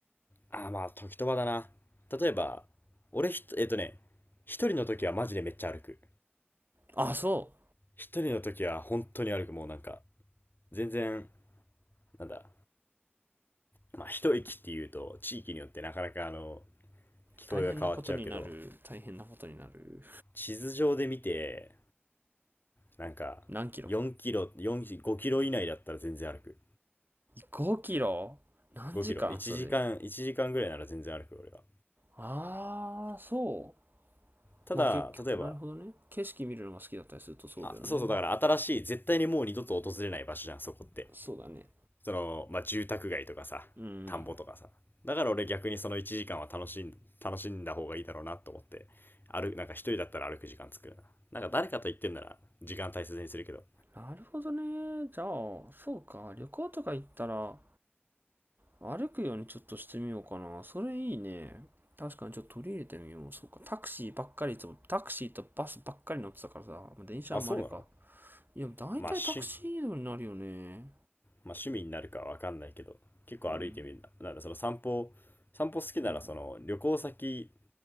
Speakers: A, on the left; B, on the right.
A: ああ、まあ、時と場だな。例えば、俺ひと、えっとね、一人の時はマジでめっちゃ歩く。
B: あ、そう。
A: 一人の時は本当に歩く。もうなんか、全然、なんだ、まあ、一駅っていうと、地域によってなかなかあの、聞こえが変わっちゃうけど、
B: 大変なことになる。大変なことになる。
A: 地図上で見て、なんか、
B: 何キロ
A: 4キロ、4、5キロ以内だったら全然歩く。
B: ?5 キロ何時間それ。
A: 5キロ。1時間、1時間ぐらいなら全然歩く、俺は。
B: ああ、そ
A: ただ、
B: う。まあ結局、
A: 例えば、
B: なるほどね。景色見るのが好きだったりするとそうだよね。
A: あ、そうそう、だから新しい、絶対にもう二度と訪れない場所じゃん、そこって。
B: そうだね。
A: その、まあ、住宅街とかさ、
B: うん。
A: 田んぼとかさ。だから俺逆にその1時間は楽しん、楽しんだ方がいいだろうなと思って、歩、なんか一人だったら歩く時間作るな。なんか誰かと言ってんなら時間大切にするけど。
B: なるほどね。じゃあ、そうか。旅行とか行ったら、歩くようにちょっとしてみようかな。それいいね。確かにちょっと取り入れてみよう。そうか。タクシーばっかりいつも、タクシーとバスばっかり乗ってたからさ、まあ電車はまああれか。
A: あ、そうなの
B: いや、だいたいタクシー移動になるよね。
A: まあ、し、まあ、趣味になるかわかんないけど、結構歩いてみるな。
B: うん。
A: なんだ、その散歩、散歩好きならその旅行先
B: そう